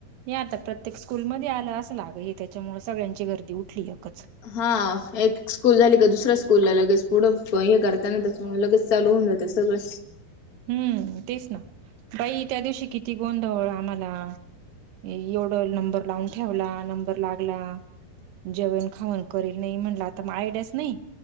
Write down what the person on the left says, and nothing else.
हा, एक स्कूल झाली का, दुसऱ्या स्कूलला लगेच पुढं, हे करताना त्यामुळे लगेच चालू होऊन जातय सगळं